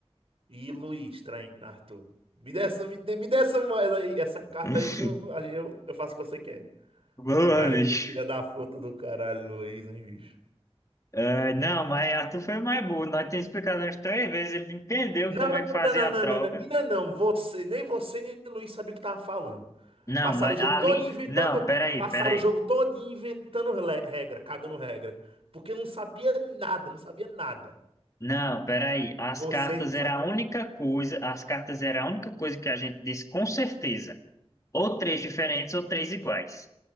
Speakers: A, on the right; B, on the left.
A: E Luiz traindo Arthur. Me dê essa, me dê, me dê essa moeda aí, essa carta
B: <laughs>
A: aí que eu, eu, eu faço o que você quer.
B: Boa,
A: Caralho,
B: bicho.
A: que filha da puta do caralho, Luiz, hein, bicho?
B: Ah, não, mas Arthur foi mais burro. Nós tínhamos explicado umas três vezes, ele entendeu
A: Não,
B: como
A: não,
B: é que fazia
A: não, não,
B: a
A: não,
B: troca.
A: não, não, mina não, você, nem você, nem Luiz sabia o que tava falando.
B: Não,
A: Passaram
B: nós-
A: o jogo
B: ali.
A: todo inventando,
B: Não, peraí,
A: passaram
B: peraí.
A: o jogo todo inventando le- regra, cagando regra, porque não sabia nada, não sabia nada.
B: Não, peraí. As
A: Vocês
B: cartas
A: não sabiam
B: era a única
A: nada.
B: coisa, as cartas era a única coisa que a gente disse com certeza. Ou três diferentes ou três iguais.